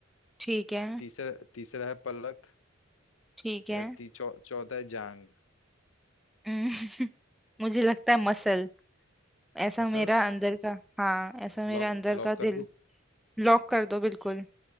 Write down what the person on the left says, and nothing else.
तीसरा तीसरा है पलक
या ती चौ, चौथा है जांग
मसल्स
लॉक
लॉक
कर दूं